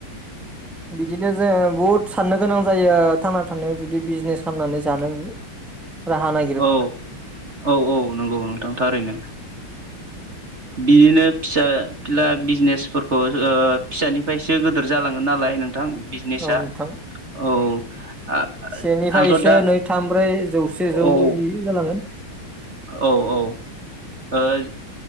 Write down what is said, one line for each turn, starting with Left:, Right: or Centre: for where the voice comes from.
Centre: बिदिनो जों बहुत साननो गोनां जायो थांना थानायाव जुदि बिजनेसा खालामनानै जानो राहा ना
Right: औ औ औ नंगौ नोंथां थारैनो। बिदिनो फिसा फिला बिजनेसफोरखौ फिसानिफ्रायसो गिदोर जालाङो नालाय नों नोंथां। बिजनेसा
Centre: औ नोंथां।
Right: औ आ
Centre: सेनिफ्रायसो
Right: आंथ' दा
Centre: नै थाम ब्रै जौसे
Right: औ
Centre: जौ जि ओ जालांगोन।
Right: औ औ।